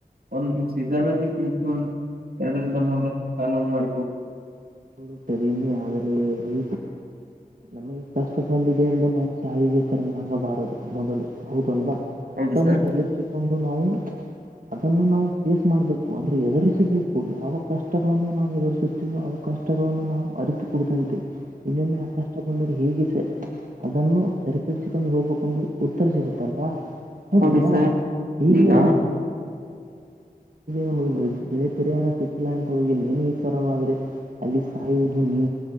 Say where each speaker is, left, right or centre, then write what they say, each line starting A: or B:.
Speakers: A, on the right; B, on the right.
A: ಒಂದು ಸೀಸನ್ಲ್ಲಿ ಬ ಒ ಎರಡರಿಂದ ಮೂರು ಲಕ್ಷ ಸಾಲವನ್ನು ಮಾಡ.
B: ೋ ಸರಮ ಆದರೆ ರ. ನಮಗೆ ಕಷ್ಟ ಬಂದಿದೆ ಎಂದು ನಾವು ಸಾವಿಗೆ ಸರಣಾಗಬಾರದು ಮೊದಲು ಹೌದಲ್ವಾ.
A: ಹೌದು ಸರ್
B: ಎದುರಿಸಿಕೊಂಡು ನಾವು. ಅದನ್ನು ನಾವು ಫೇಸ್ ಮಾಡ್ಬೇಕು ಅಂದ್ರೆ ಎದುರಿಸಬೇಕು ಯಾವ ಕಷ್ಟಗಳನ್ನು ನಾವು ಎದುರಿಸ ಅವಕಾಷ್ಟಗಳನ್ನು ನಾವು ಅರಿತುಕಡತಂತೆ ಇನ್ನೊಮ್ಮೆ ಆ ಕಾಷ್ಟ ಬಂದರು ಹೇಗೆ ಸ. ಅದನ್ನು ಸರಿಪಡಿಸಿಕೊಂಡು ಹೋಗ್ಬೇಕಂದು ಉತ್ತರಿಸ ಸಿಗುತ್ತಲ್ವಾ ಹೌದಲ್ವಾ.
A: ಹೌದು ಸರ್
B: <unintelligible> ಂದ
A: ಈಗ
B: ನಮಗೆ ಬೆಳೆ ಪರಿಹಾರ ಸಿಕ್ಕಿಲ್ಲ ಅಂತ ಹೋಗಿ ನನ ಈಚಾರವ್ರೆ ಅಲ್ಲಿ ಸಾಯುದ. ಹ ನೀ.